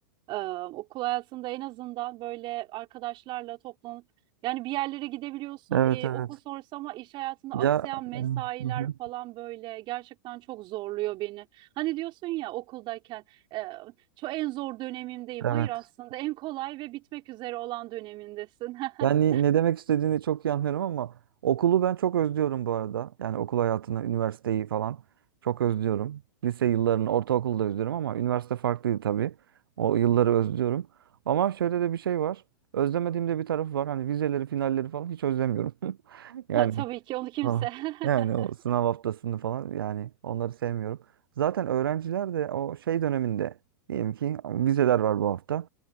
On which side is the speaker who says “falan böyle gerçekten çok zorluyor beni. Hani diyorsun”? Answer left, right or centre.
Right